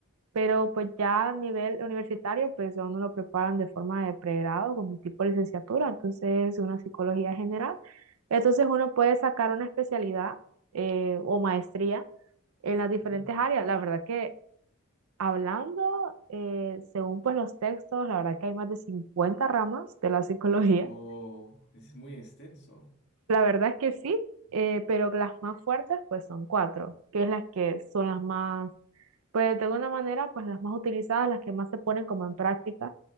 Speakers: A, on the right; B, on the left.
A: pero pues ya a nivel universitario, pues a uno lo preparan de forma de pregrado, como tipo licenciatura, entonces una psicología general. Entonces uno puede sacar una especialidad eh, o maestría en las diferentes
B: Ujú.
A: áreas. La verdad que hablando, eh, según pues los textos, la verdad que hay más de 50 ramas de la psicología.
B: Oh, es muy extenso.
A: La verdad es que sí, eh, pero las más fuertes pues son cuatro, que es las que son las más, pues de alguna manera pues las más utilizadas, las que más se ponen como en práctica,